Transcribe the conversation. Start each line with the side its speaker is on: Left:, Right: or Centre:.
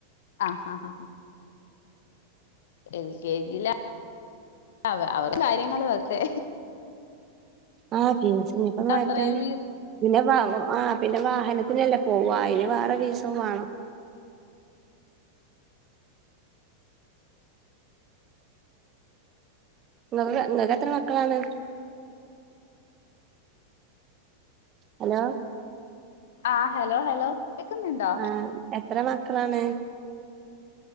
Left: ആ ഹ ഹ എ ൽ കെ ജിലാ അവ അവറ് കാര്യങ്ങളോക്കെ
Right: ആഹ് ട്ടിൻസ്പ്പ മാറ്റാ
Left: അത്രയും
Right: പിന്നെ വാ ആഹ് പിന്നെ വാഹനത്തിനല്ലേ പോവ അയിന് വേറെ ഫീസും വാണം ഇങ്ങകെക്കെ ഇങ്ങക്ക് എത്ര മക്കളാണ് ഹലോ
Left: ആഹ് ഹലോ ഹലോ കേക്കുന്നുണ്ടോ
Right: ആഹ് എത്ര മക്കളാണ്